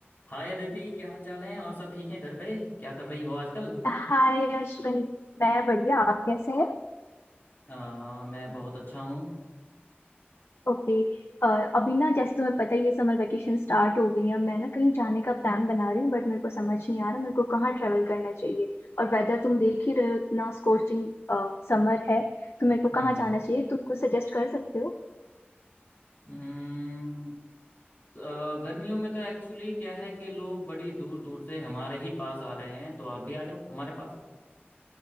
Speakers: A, on the left; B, on the left.
A: हाय अदिति क्या हाल चाल है और सब ठीक है घर पे क्या कर रही हो आजकल
B: हाय अश्विन मैं बढ़िया आप कैसे हैं
A: आ, मैं बहुत अच्छा हूँ
B: ओके अ, अभी ना जैसे तुम्हें पता ही है समर वेकेशन स्टार्ट हो गई है मैं ना कहीं जाने का प्लान बना रही हूँ बट मेरे को समझ नहीं आ रहा मेरे को कहाँ ट्रैवल करना चाहिए और वेदर तुम देख ही रहे हो इतना स्corching समर है तो मेरे को
A: हम्म
B: कहाँ जाना चाहिए तुम कुछ सजेस्ट कर सकते हो
A: हम्म, आ, गर्मियों में तो एक्चुअली क्या है कि लोग बड़ी दूर दूर से हमारे ही पास आ रहे हैं तो आप भी आ जाओ हमारे पास